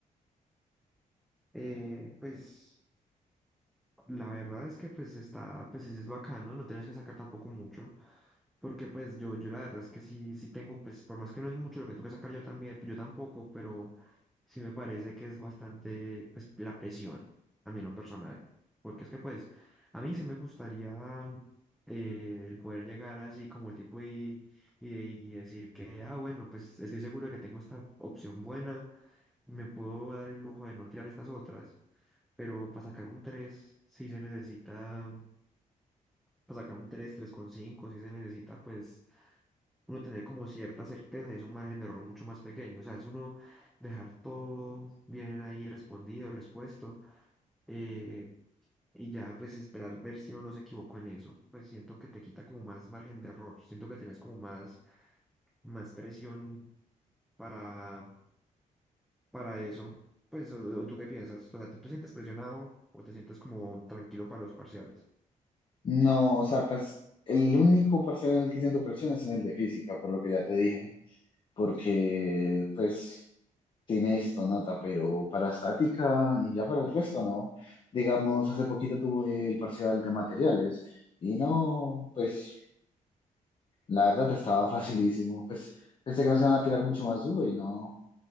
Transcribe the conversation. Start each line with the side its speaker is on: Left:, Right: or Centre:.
Centre: Eh, pues. La verdad es que pues está, pues es, es bacano, no No tienes que sacar tampoco mucho, porque pues yo, yo la verdad es que sí, sí tengo, pues por más que no es mucho lo que tengo que sacar yo también, yo tampoco, pero sí me parece que es bastante, pues la presión, a mí en lo personal, porque es que pues a mí sí me gustaría eh, el poder llegar así como tipo y, y, y decir que, ah, bueno, pues estoy seguro de que tengo esta opción buena me puedo dar el lujo de no tirar estas otras, pero para sacar un 3 sí se necesita, para sacar un 3, cinco sí se necesita, pues, uno tener como cierta certeza y es un margen de error mucho más pequeño. O sea, es uno dejar todo bien ahí respondido, respuesto, eh, y ya, pues, esperar ver si uno no se equivocó en eso. Pues siento que te quita como más margen de error, siento que tenés como más, más presión. para para eso? Pues, o, o ¿tú qué piensas? O sea, ¿tú te sientes presionado o te sientes como tranquilo para los parciales?
Left: No, o sea, pues el único parcial en el que siento presión es en el de física, por lo que ya te dije. porque pues sí necesito nota, pero para estática y ya para el resto no. Digamos, hace poquito tuve el parcial de materiales y no, pues la verdad estaba <laughs> facilísimo, pues pensé que nos iban a tirar mucho más duro y no.